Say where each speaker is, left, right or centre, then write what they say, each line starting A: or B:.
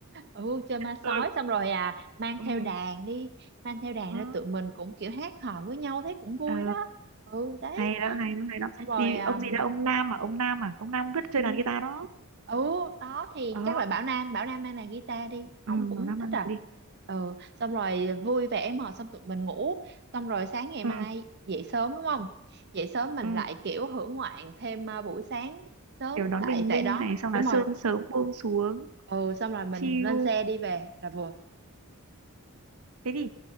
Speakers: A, on the right; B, on the right.
A: ừ chơi ma
B: ừ.
A: sói xong rồi à mang
B: Ừ.
A: theo đàn đi mang theo đàn
B: Ừ.
A: ra tụi mình cũng kiểu hát hò với nhau thấy cũng vui
B: Ờ,
A: đó ừ đấy
B: hay đó hay đó hay đó
A: xong rồi
B: thì
A: à,
B: ông gì đó ông Nam à ông Nam à ông Nam rất chơi
A: ừ
B: đàn guitar đó
A: ừ, đó thì
B: ờ
A: chắc là Bảo Nam Bảo Nam mang đàn guitar đi ổng
B: ừ,
A: cũng
B: nó Nam mang
A: thích
B: đàn
A: à
B: đi
A: ừ xong rồi vui vẻ mà xong tụi mình ngủ xong rồi sáng ngày
B: ừ,
A: mai dậy sớm đúng không dậy sớm mình
B: ừ.
A: lại kiểu hưởng ngoạn thêm à, buổi sáng sớm
B: kiểu đón
A: tại
B: bình
A: tại
B: minh
A: đó
B: này xong
A: đúng
B: là
A: rồi
B: sương sớm buông xuống
A: ừ xong rồi mình
B: chill
A: lên xe đi về là vừa
B: thế thì